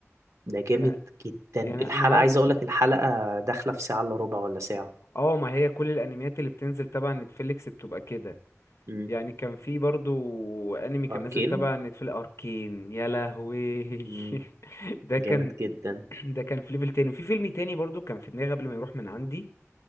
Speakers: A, on the right; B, on the left.
A: ده جامد
B: يعني
A: جدا
B: يعني
A: الحلقة
B: انا عاو-
A: عايز أقولك الحلقة داخلة في ساعة إلا ربع ولا ساعة
B: اه ما هي كل الانميات اللي بتنزل تبع نتفليكس بتبقى كده
A: أمم
B: يعني كان في برضو انمي كان
A: أركين
B: نازل تبع نتفليكس اركين يا لهوي <laughs>
A: أمم
B: ده
A: جامد
B: كان
A: جدا
B: ده كان في ليفل تاني وفي فيلم تاني برضو كان في دماغي قبل ما يروح من عندي